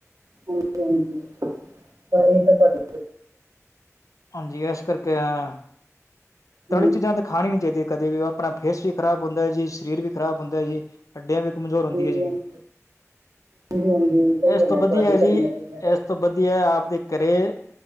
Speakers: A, on the right; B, on the left.
A: ਹਾਂਜੀ-ਹਾਂਜੀ, ਤਾਂ ਈ ਤਾਂ ਤੁਆਡੇ
B: ਹਾਂਜੀ, ਏਸ ਕਰਕੇ ਆਯਾ ਆ। ਤਲੀ
A: ਹਮ,
B: ਚੀਜ਼ਾਂ ਤਾਂ ਖਾਣੀ ਨੀ ਚਾਈਦੀਆਂ ਕਦੇ ਵੀ, ਉਹ ਆਪਣਾ ਫੇਸ ਵੀ ਖਰਾਬ ਹੁੰਦਾ ਏ ਜੀ, ਸਰੀਰ ਵੀ ਖ਼ਰਾਬ ਹੁੰਦਾ ਏ ਜੀ। ਹੱਡਿਆਂ ਵੀ ਕਮਜ਼ੋਰ ਹੁੰਦੀ
A: ਹਾਂਜੀ
B: ਹੈ ਜੀ,
A: ਹਾਂਜੀ ਹਾਂਜੀ, ਸਹੀ
B: ਏਸ
A: ਗੱਲ
B: ਤੋਂ
A: ਹੈ
B: ਬਦੀਆ
A: ਤੁਹਾਡੀ
B: ਏ ਜੀ
A: ਕਲੀਆਂ ਚੀਜ਼ਾਂ ਦਾ
B: ਏਸ ਤੋਂ ਬਦੀਆ ਆਪਦੇ ਘਰੇ,